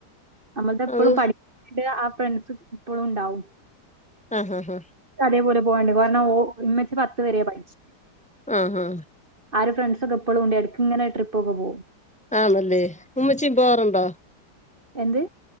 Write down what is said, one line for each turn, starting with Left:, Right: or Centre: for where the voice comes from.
Right: നമ്മൾ എപ്പോഴും
Centre: അത്
Right: പഠി ആ ഫ്രണ്ട്സ് ഇപ്പോഴും ഉണ്ടാവും
Centre: ആഹ് ആഹ് ആഹ്
Right: അതേപോലെ പോവാണ്ട് കാരണം ഓ ഉമ്മ ച്ചിപത്ത് വരയ പഠിച്ചത്
Centre: ആഹ്
Right: ആ ഫ്രണ്ട് ഒക്കെ എപ്പോുളും ഒണ്ട് എടക് ഇങ്ങനെ ട്രിപ്പ് ഒക്കെ പോവും
Centre: ആണല്ലേ ഉമ്മച്ചും പോവാറുണ്ടോ
Right: എന്ത്